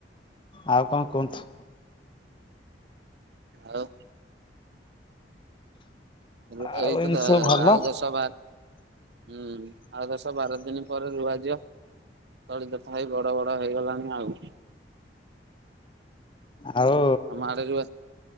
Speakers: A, on the left; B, on the right.
A: ଆଉ କଣ କୁହନ୍ତୁ?
B: ଆଉ? <unintelligible>
A: ଆଉ ଏମିତି ସବୁ ଭଲ
B: ଆଉ ଦଶ ବାର ହୁଁ ଆଉ ଦଶ ବାର ଦିନି ପରେ ରୁଆଯିବ। ତଳି ତଥାଇ ବଡ ବଡ ହେଇଗଲାଣି ଆଉ।
A: ଆଉ
B: ତମ ଆଡେ ରୁଆ